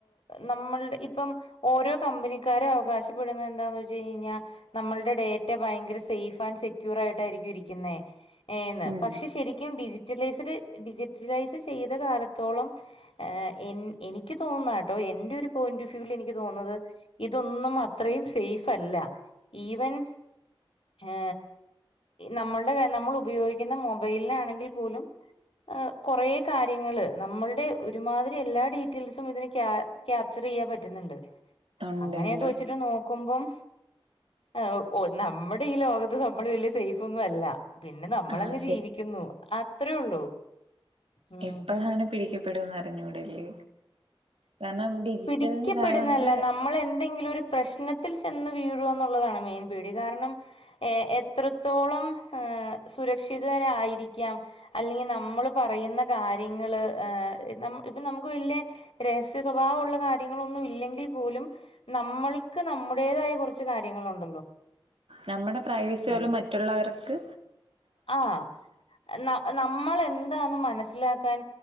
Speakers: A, on the left; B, on the right.
A: നമ്മളുടെ ഇപ്പം ഓരോ കമ്പനിക്കാരും അവകാശപ്പെടുന്ന എന്താന്ന് വെച്ച് കഴിയിഞ്ഞെയ്ഞ്ഞാ നമ്മളുടെ ഡേ റ്റ ഭയങ്കര സേഫ് ആൻഡ് സെക്യൂർ ആയിട്ടായിരിക്കും ഇരിക്കുന്നേ ന്ന്
B: ഉം
A: പക്ഷെ ശരിക്കും ഡിജിറ്റലൈസ്ഡ് ഡിജിറ്റലൈസ് ചെയ്ത കാലത്തോളം ഏ എനിക്ക് തോന്നുന്നാട്ടോ എന്റെ ഒരു പോയിന്റ് ഫ്യൂല് എനിക്ക് തോന്നുന്നത് ഇതൊന്നും അത്രേയും സേഫല്ല ഈവൻ ഏ നമ്മളുടെ നമ്മൾ ഉപയോഗിക്കുന്ന മൊബൈലിനെ ആണെങ്കിൽ പോലും കൊറേ കാര്യങ്ങള് നമ്മളുടെ ഒരുമാതിരി എല്ലാ ഡീറ്റെൽസും ഇതിന് ക്യാ ക്യാപ്ചർ ചെയ്യാൻ പറ്റുന്നുണ്ട്
B: ഉണ്ട്
A: അങ്ങനെയൊക്കെ
B: ഉണ്ട്
A: വെച്ചിട്ട് നോ ക്കുമ്പം ഏ നമ്മുടെ ഈ ലോകത്ത് നമ്മള് വലിയ സേഫ് ഒന്നും അല്ല പിന്നെ നമ്മളങ്ങ്
B: ആഹ്
A: ജീവിക്കുന്നു അത്രയേ ഉള്ളൂ ഉം
B: എപ്പളാണ് പിടിക്കപ്പെടാന്ന് അറിഞ്ഞൂടല്ലേ കാരണം ഡിജിറ്റലിന്
A: പിടിക്കപ്പെടുന്നല്ല
B: ഇതായോണ്ട്
A: നാം നമ്മൾ എന്തെങ്കിലും ഒരു പ്രശ്നത്തിൽ ചെന്ന് വീഴോ എന്നുള്ളതാണ് മെയിൻ പേടി കാരണം ഏ എത്രത്തോളം ഹ് സുരക്ഷിതരായിരിക്കാം അല്ലെങ്കിൽ നമ്മള് പറയുന്ന കാര്യങ്ങള് ഏ നമ് ഇപ്പൊ നമുക്ക് വലിയ രഹസ്യ സ്വഭാ ഭാവുള്ള കാര്യങ്ങളൊന്നും ഇല്ലെങ്കിൽ പോലും നമ്മൾക്ക് നമ്മുടേതായ കുറച്ച് കാര്യങ്ങളുണ്ട് പ്പൊ
B: നമ്മടെ പ്രൈവസി ഓലെ മറ്റുള്ളവർക്ക്
A: ആഹ് ന നമ്മളെന്താന്ന് മനസ്സിലാക്കാൻ